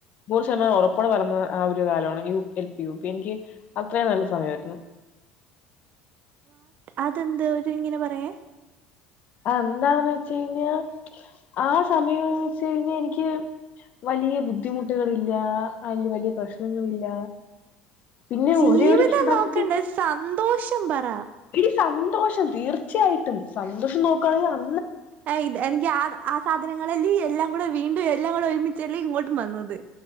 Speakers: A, on the left; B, on the right.
A: നൂറ് ശതമാനം ഉറപ്പടെ പറ. ആ ഒരു കാലമാണ് എൽ പി യു പി എനിക്കത്രയും നല്ല സമയയിരുന്നു.
B: അതെന്ത് ഒരു ഇങ്ങനെ പറയാ?
A: എന്താെന്ന് വെച്ചഴിഞ്ഞാ ആ സമയം വെച്ച്ഴിഞ്ഞാ എനിക്ക്. വലിയ ബുദ്ധിമുട്ടുകളില്ല അതില് വലിയ പ്രശ്നങ്ങളില്ല. പിന്നെ
B: ജീവിതം
A: ഒരേ ഒരു ഘടകത്തിൽ
B: നോക്കണ്ട സന്തോഷം പറ.
A: എടി സന്തോഷം തീർച്ചയായിട്ടും സന്തോഷം നോക്കണെങ്കിൽ.
B: ആഹ ഇതെ എനിക്ക് ആ ആ സാധനങ്ങളെല്ലാം കൂടെ. വീണ്ടും എല്ലാം കൂടെ ഒരുമിച്ചല്ലേ ഇങ്ങോട്ടും വന്നത്.